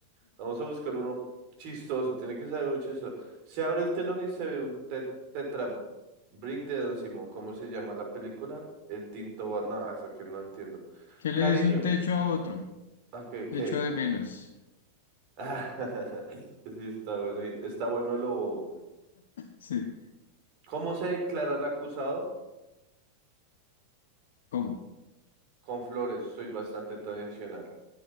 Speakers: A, on the right; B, on the left.
A: Vamos a buscar uno chistoso, tiene que ser uno chistoso. Se abre el telón y se ve un te- tetra brick de Don Simón. ¿Cómo se llama la película? El Tinto Bat. No, eso que no entiendo.
B: ¿Qué le
A: Cariño,
B: dice un techo a otro?
A: ¿a qué,
B: Techo
A: qué?
B: de menos.
A: <laughs> Sí, está bueno. y- Está bueno lo. bobo.
B: Sí.
A: ¿Cómo se declara el acusado?
B: ¿Cómo?
A: Con flores, soy bastante tradicional.